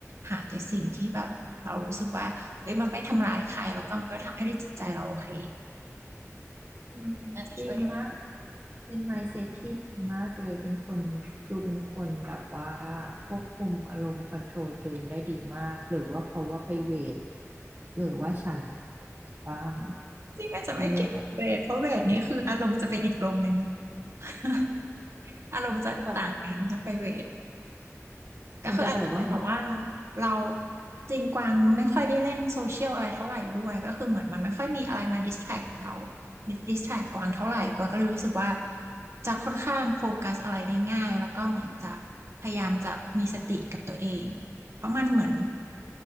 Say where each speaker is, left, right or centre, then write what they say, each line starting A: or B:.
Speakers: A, on the right; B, on the right.
A: หาแต่สิ่งที่แบบเรารู้สึกว่า เฮ้ยมันไม่ทำร้ายใครแล้วก็มันก็ทำให้จิตใจเราโอเค
B: อืม
A: น่าจะช่วยได้
B: ดีมากเป็น mindset ที่ดีมากเลยเป็นคนดูเป็นคนแบบว่าควบคุมอารมณ์คอนโทรลตัวเองได้ดีมากหรือว่าเพราะว่าไปเวทหรือว่าฉันบ้าง
A: จริงมันจะไม่เกี่ยวกับเวทเพราะเวทนี้คืออารมณ์จะเป็นอีกลมหนึ่ง
B: ฉันเล่นแบบ
A: <laughs> อารมณ์จะต่างกันถ้าไปเวท
B: ปกติ
A: ก็คืออาจจะเป็นแบบว่า
B: มันจะแบบว่า
A: เราจริงกวางไม่ค่อยได้เล่นโซเชียลอะไรเท่าไหร่ด้วยก็คือเหมือนมันไม่ค่อยมีอะไรมาดิสแทรกเราดิสแทรกกวางเท่าไหร่กวางก็เลยรู้สึกว่าจะค่อนข้างโฟกัสอะไรได้ง่ายแล้วก็เหมือนจะพยายามจะมีสติกับตัวเองเพราะมันเหมือน